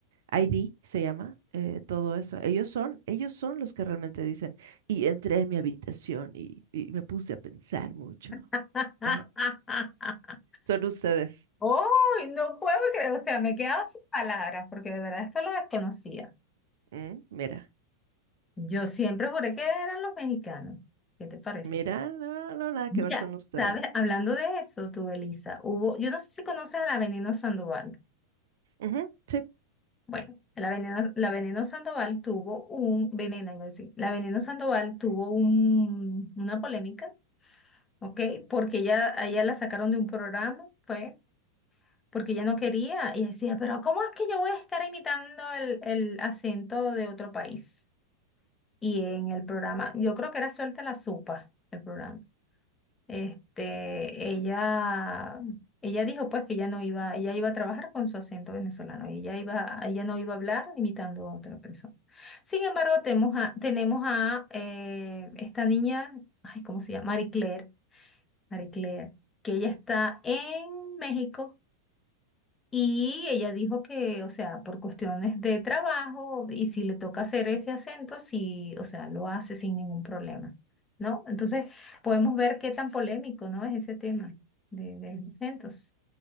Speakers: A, on the right; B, on the left.
A: ID se llama, eh, todo eso. Ellos son, ellos son los que realmente dicen, y entré en mi habitación y, y me puse a pensar mucho.
B: <laughs>
A: Ajá. Son ustedes.
B: Oh, no puedo creer, o sea, me he quedado sin palabras porque de verdad esto lo desconocía.
A: Mm, Mira,
B: Yo siempre juré que eran los mexicanos. ¿Qué te parece?
A: mira, no, no, nada
B: Mira,
A: que ver, son ustedes.
B: sabes, hablando de eso, tú, Elisa, hubo, yo no sé si conoces a la Veneno Sandoval.
A: Ujú, sí.
B: Bueno, la Veneno, la Veneno Sandoval tuvo un, Veneno, iba a decir, la Veneno Sandoval tuvo un, una polémica, ¿ok? Porque ella, a ella la sacaron de un programa, fue porque ella no quería. Y decía, pero ¿cómo es que yo voy a estar imitando el, el acento de otro país? Y en el programa, yo creo que era Suelta la Sopa, el programa. Este, ella, ella dijo pues que ella no iba, ella iba a trabajar con su acento venezolano y ella iba, ella no iba a hablar imitando a otra persona. Sin embargo, tenemos a, tenemos a eh, esta niña, ay, ¿cómo se llama? Marie Claire, Marie Claire, que ella está en México y ella dijo que, o sea, por cuestiones de trabajo y si le toca hacer ese acento, sí, o sea, lo hace sin ningún problema, ¿no? Entonces, podemos ver qué tan polémico, ¿no? Es ese tema de, de los acentos.